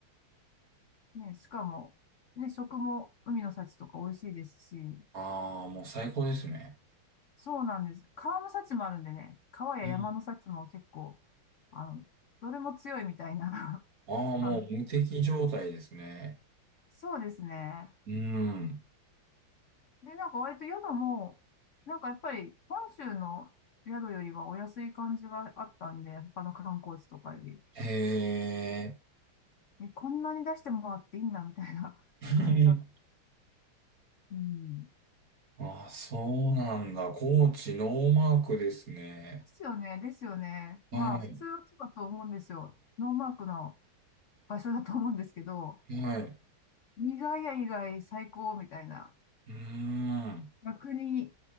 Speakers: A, on the left; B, on the right.
A: ね、しかも、ね、食も海の幸とか美味しいですし、
B: ああ、もう最高ですね。
A: そうなんです。川の幸もあるんでね、川や山の幸も結構、
B: うん
A: あの、どれも強いみたいな
B: ああ、
A: <laughs>
B: もう無敵状態ですね。
A: 感じなんで。そうですね。
B: うん。
A: で、なんか割と宿も、なんかやっぱり本州の宿よりはお安い感じがあったんで、他の観光地とかより。
B: へえ。
A: え、こんなに出してもらっていいんだみたいな <laughs>
B: <laughs>
A: 感じだ。うん。で
B: ああ、そうなんだ。高知ノーマークですね。
A: すよね、ですよね。
B: はい。
A: まあ普通はそうだと思うんですよ。ノーマークの場所だと思うんですけど、
B: はい。
A: 意外や意外最高みたいな。
B: うーん。
A: 逆に、